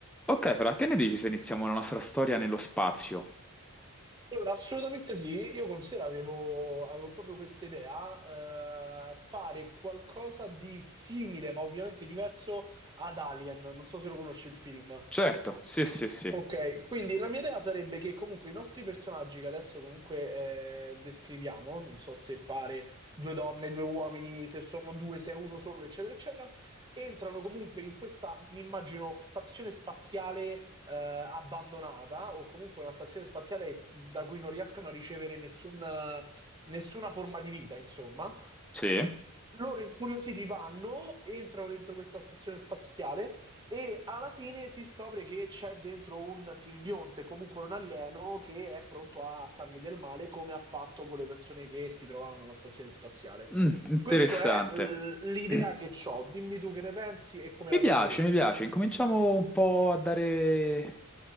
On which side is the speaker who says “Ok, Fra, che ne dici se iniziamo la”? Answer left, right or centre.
Centre